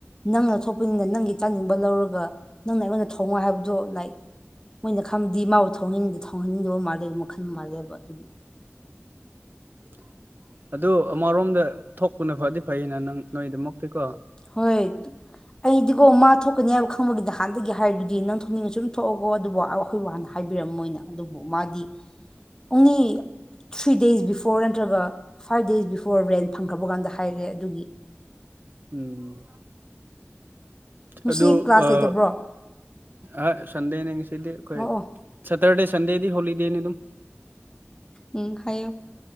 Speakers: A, on the left; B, on the right.
A: ꯅꯪꯅ ꯊꯣꯛꯄꯅꯤꯅ ꯅꯪꯒꯤ ꯆꯥꯅꯤꯡꯕ ꯂꯧꯔꯒ ꯑꯗꯨꯒ ꯅꯪꯅ ꯑꯩꯉꯣꯟꯗ ꯊꯧꯉ ꯍꯥꯏꯕꯗꯣ ꯂꯥꯏꯛ ꯃꯣꯏꯅ ꯈꯪꯕꯗꯤ ꯃꯥꯕꯨ ꯊꯍꯟꯅꯤꯡꯗ ꯊꯧꯍꯟꯅꯤꯡꯗꯕ ꯃꯥꯜꯂꯦ ꯃꯈꯜ ꯃꯥꯜꯂꯦꯕ ꯑꯗꯨꯅꯤ
B: <inaudible> ꯑꯗꯨ ꯑꯃꯔꯣꯝꯗ ꯊꯣꯛꯄꯅ ꯐꯗꯤ ꯐꯩꯅ ꯅꯪ ꯅꯣꯏꯗꯃꯛꯇꯤꯀꯣ
A: ꯍꯣꯏ ꯑꯩꯗꯤꯒꯣ ꯃꯥ ꯊꯣꯛꯀꯅꯤ ꯍꯥꯏꯕ ꯈꯪꯕꯒꯤꯗꯤ ꯅꯍꯥꯟꯅꯗꯒꯤ ꯍꯥꯏꯔꯤꯗꯨꯗꯤ ꯅꯪ ꯊꯣꯛꯅꯤꯡꯉ ꯁꯨꯝ ꯊꯣꯛꯂꯑꯒꯣ ꯑꯗꯨꯕꯨ ꯑꯩꯈꯣꯏꯕꯨ ꯍꯥꯟꯅ ꯍꯥꯏ ꯍꯥꯏꯕꯤꯔꯝ ꯃꯣꯏꯅ ꯑꯗꯨꯕꯨ ꯃꯥꯗꯤ ꯑꯣꯡꯂꯤ ꯊ꯭ꯔꯤ ꯗꯦꯖ ꯕꯤꯐꯣꯔ ꯅꯠꯇ꯭ꯔꯒ ꯐꯥꯏꯚ ꯗꯦꯁ ꯕꯤꯐꯣꯔ ꯔꯦꯟ ꯐꯪꯈ꯭ꯔꯕ ꯀꯥꯟꯗ ꯍꯥꯏꯈ꯭ꯔꯦ ꯑꯗꯨꯒꯤ
B: ꯎꯝ
A: ꯉꯁꯤ
B: ꯑꯗꯨ
A: ꯀ꯭ꯂꯥꯁ
B: ꯑꯥ
A: ꯂꯩꯇꯕ꯭ꯔꯣ
B: ꯑ ꯁꯟꯗꯦꯅꯦ ꯉꯁꯤꯗꯤ ꯑꯩꯈꯣꯏ
A: ꯑꯣ ꯑꯣ
B: ꯁꯇꯔꯗꯦ ꯁꯟꯗꯦꯗꯤ ꯍꯣꯂꯤꯗꯦꯅꯤ ꯑꯗꯨꯝ
A: ꯎ ꯍꯥꯏꯌꯣ